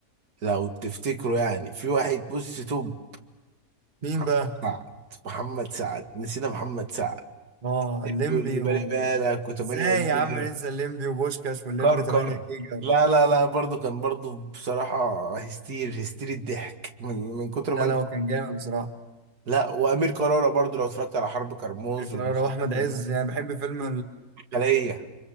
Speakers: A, on the right; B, on the right.
A: لو تفتكروا يعني في واحد بص توب
B: مين
A: محمد
B: بقى
A: سعد محمد سعد نسينا محمد سعد
B: اه
A: ابنه
B: الليمبي
A: اللي بالي
B: و
A: بالك و8
B: ازاي يا
A: جيجا
B: عم ننسى الليمبي وبوشكاش والليمبي
A: كركر
B: 8 جيجا
A: لا لا لا برضو كان برضو بصراحة هستير هستير الضحك من من كتر ما
B: لا
A: انت
B: لا هو كان جامد بصراحه
A: لا وأمير كرارة برضو لو اتفرجت على حرب كرموز
B: أمير كرارة
A: والمسلسلات
B: واحمد عز يعني بحب فيلم
A: الخلية